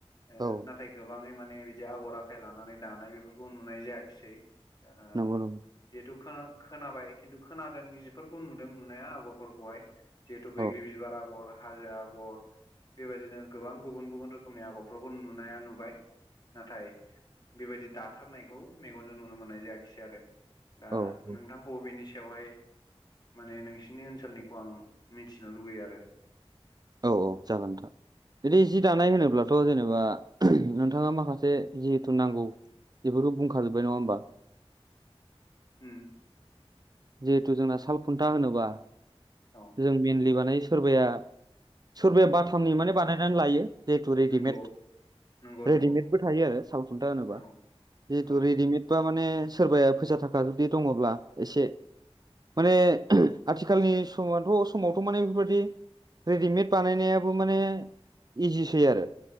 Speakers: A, on the left; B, on the right.
A: ओ
B: औ
A: नाथाय गोबाङै माने बिदि आगर आखाय लानानै दानाय बेफोरखौ नुनाय जायाखिसै। ओ
B: नंगौ नंगौ
A: जिहेथु खो खोनाबाय खिन्थु खोनादों जिफोरखौ नुदों नुनाया आगरफोरखौहाय जिहेतु बैग्रि
B: औ
A: बिबार आगर, हाजो आगर बेबायदिनो गोबां गुबुन गुबुन रोखोमनि आगरफोरखौ नुनाया नुबाय नाथाय बेबायदि दाथारनायखौ मेगनजों नुनो मोननाय जायाखिसै आरो। दा
B: औ औ
A: नोंथांखौ बेनि सायावहाय माने नोंसिनि ओनसोलनिखौ आं मिथिनो लुगैयो आरो।
B: औ औ जागोन नोंथां बिदि जि दानाय होनोब्लाथ' जेनेबा नोंथाङा माखासे जिहेथु नांगौ बेफोरखौ बुंखाजोबबाय नङा होनबा?
A: उम
B: जिहेथु जोंना साल खुन्था होनोबा
A: औ
B: जों मइेनलि बानायो सोरबाया सोरबाया बाथामनि माने बानायनानै लायो जिहेतु रेडिमेड
A: नंगौ नंगौ
B: रेडिमेडबो
A: नंगौ
B: थायो आरो साल खुन्था होनोबा
A: औ
B: जिहेतु
A: औ
B: रेडिमेड बा माने सोरबाया फैसा थाखा जुदि दङब्ला एसे माने
A: उम
B: आथिखालनि समाथ' समावथ' माने बेफोरबायदि रेडिमेड बानायनायाबो माने इजिसै आरो